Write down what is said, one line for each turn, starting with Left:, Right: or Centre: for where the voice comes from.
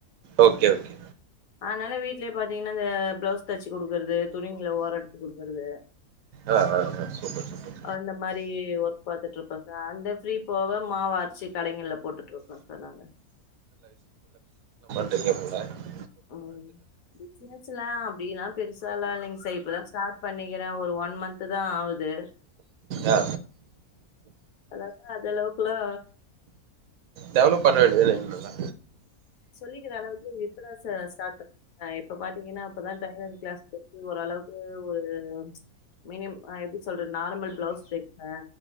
Right: ஓகே ஓகே
Left: அதனால் வீட்லயே பாத்தீங்கன்னா இந்த ப்ளவுஸ் தச்சு குடுக்குறது துணிங்கள ஓர எடுத்து குடுக்குறது
Right: ஆ ஆ ஆ சூப்பர் சூப்பர்
Left: அந்த மாரி ஒர்க் பாத்துட்டு இருப்ப சா அந்த ஃப்ரீ போவ மாவ அரிச்சி கடைகள்ல போட்டுட்டு இருக்கோ சார் நாங்க
Right: பெரிய <unintelligible>
Left: ம்ம சின்ன சின்ன அப்டில்லா பெருசாலா இல்லைங்க சார் இப்பதா ஸ்டார்ட் பண்ணி க்கிறே ஒரு ஒன் மந்து தா ஆவுது
Right: ஆ
Left: அதாலா அந்த அளவுக்குல்லா
Right: டெவலப் பண்ண வேண்டியதான இன்னு நல்லா
Left: சொல்லிக்கிற அளவுக்கு இப்பதா சா ஸ்டார்ட் பண்ண இப்ப பாத்தீங்கன்னா இப்பதா டெய்லரிங் கிளாஸ்கு போய் ஒரு அளவுக்கு ஒரு மினிம் ஆ எப்டி சொல்றது நார்மல் பிளவுஸ் தேப்ப